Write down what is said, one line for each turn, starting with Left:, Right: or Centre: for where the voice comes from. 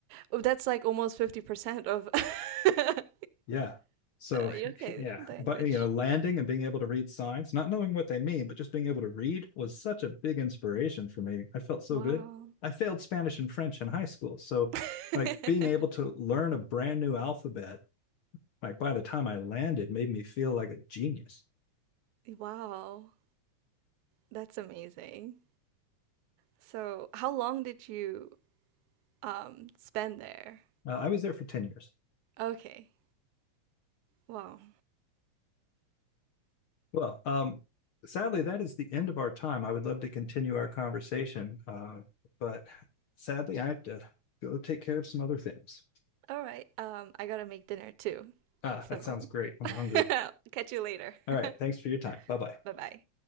Right: Oh, that's like almost 50% of <laughs> the
Left: Yeah. So
Right: UK
Left: <laughs> yeah,
Right: language.
Left: but you know, landing and being able to read signs, not knowing what they mean, but just being able to read was such a big inspiration for me. I felt so
Right: Wow.
Left: good. I failed Spanish and French in high school. So
Right: <laughs>
Left: like being able to learn a brand new alphabet, like by the time I landed made me feel like a genius.
Right: wow. That's amazing. So, how long did you um spend there?
Left: Uh, I was there for 10 years.
Right: Okay. Wow.
Left: Well, um, sadly, that is the end of our time. I would love to continue our conversation, uh, but sadly, I have to go take care of some other things.
Right: All right. Um I got to make dinner too.
Left: Ah,
Right: So,
Left: that sounds great. I'm
Right: <laughs>
Left: hungry.
Right: catch you later.
Left: All right.
Right: <laughs>
Left: Thanks for your time. Bye bye.
Right: Bye-bye.